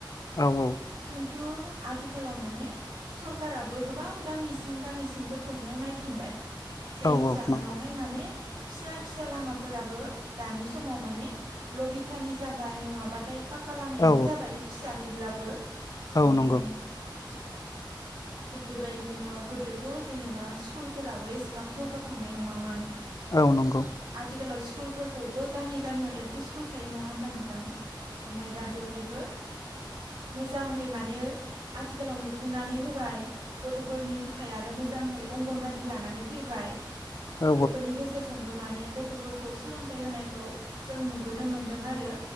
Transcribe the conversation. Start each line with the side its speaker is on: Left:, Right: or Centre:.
Left: औ औ
Right: खिन्थु आथिखालाव माने सरखाराबो गोबां गामि सिं गामि सिंफोरखौनो नायफिनबाय। जायनि
Left: औ
Right: जाहोनावहाय
Left: नंगौ
Right: माने फिसा फिसा लामाफोराबो दानि समाव माने ब्लगिथानि जाबाय नङाबाथाय पाक्का लामायानो
Left: औ
Right: जाबाय फिसा हैब्लाबो
Left: औ
Right: ओमफाय
Left: नंगौ
Right: थि थिग बेबायदिनो गोदोथ' जेनेबा स्कुलफोराबो एसेबां जौगाखांनाय नङामोन।
Left: औ नंगौ
Right: आथिखालाव स्कुलफोरखौबो गामि गामियाव एल पि स्कुल थायो नङा होमबा नोंथां ओमफाय दा बेवहायबो
Left: लांदां
Right: मोजांहै मानो आथिखालाव लुफुंनानै होबाय गथ'फोरनि थाखाय आरो मोजांहै अंगनबादि लानानै फैबाय
Left: औ
Right: बेफोरनि गेजेरजोंबो माने गथ'फोरखौ सोलोंथाइ होनायखौ जों नु बोनो मोन्दों आरो